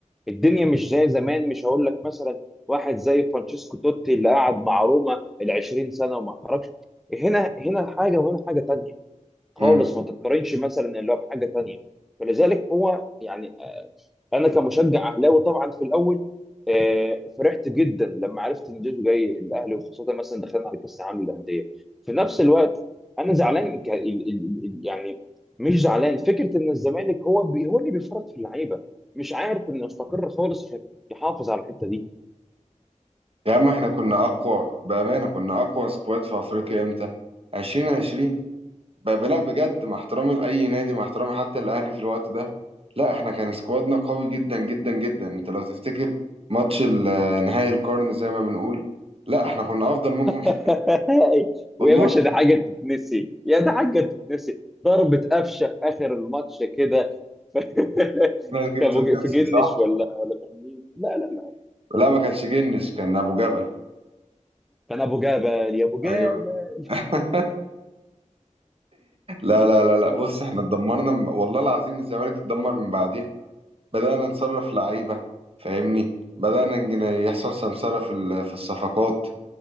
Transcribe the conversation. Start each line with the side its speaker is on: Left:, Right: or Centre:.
Centre: الدنيا مش زي زمان مش هقول لك مثلا واحد زي فرانشيسكو توتي اللي قعد مع روما ال 20 سنه وما خرجش هنا هنا حاجه وهنا حاجه تانيه خالص
Right: امم
Centre: ما تتقارنش مثلا اللي هو بحاجه تانيه فلذلك هو يعني انا كمشجع اهلاوي طبعا في الاول آه، فرحت جدا لما عرفت ان جيزو جاي الاهلي وخاصه مثلا دخلنا على كاس العالم للانديه في نفس الوقت انا زعلان ك- ال- ال- ال- يعني مش زعلان فكره ان الزمالك هو بي هو اللي بيفرط في اللعيبه مش عارف انه يستقر خالص عشان يحافظ على الحته دي
Right: يا عم احنا كنا اقوى بامانه كنا اقوى سكواد في افريقيا امتى 2020 ب- لا بجد مع احترامي لأي نادي مع احترامي حتى الأهلي في الوقت ده لا احنا كان سكوادنا قوي جدا جدا جدا انت لو تفتكر ماتش ال- آه، نهائي القرن زي ما بنقول لا احنا كنا أفضل منكم
Centre: <laughs>
Right: في والله
Centre: ويا باشا ده حاجه تتنسي يا ده حاجه تتنسي ضربة قفشه في اخر الماتش كده <laughs>
Right: انا اللي جبته
Centre: كان ابو ج-
Right: لنفسي
Centre: في جنش
Right: صح؟
Centre: ولا ولا كان مين لا لا لا
Right: لا ما كانش جنش كان أبو جبل
Centre: كان ابو جبل يا ابو جبل
Right: ايوه <laughs> لا لا لا لا بص احنا اتدمرنا من- والله العظيم الزمالك اتدمر من بعديها بدأنا نصرف لعيبة فاهمني بدأنا نج- يحصل سمسرة في ال- في الصفقات